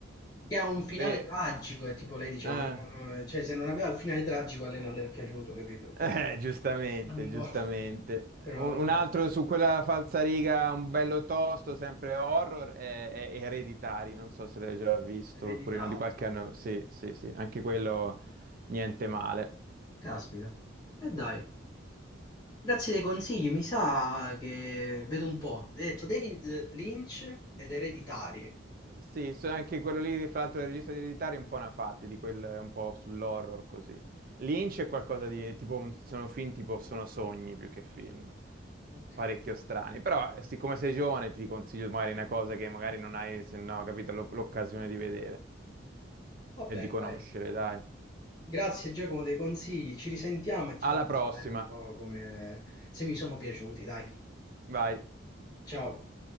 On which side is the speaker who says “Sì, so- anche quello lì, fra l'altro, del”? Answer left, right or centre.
Right